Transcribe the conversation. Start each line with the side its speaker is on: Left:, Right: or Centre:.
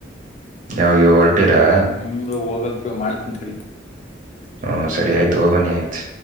Right: ಯಾವ ಈವಾ ಹೊಟಿರಾ
Left: ಮುಂದ ಹೋಗಕ್ ಮಾಡ್ತಂತ <unintelligible>
Right: ಹುಂ ಸರಿ ಆಯ್ತು ಹೋಗ ಬನ್ನಿ ಆಯ್ತು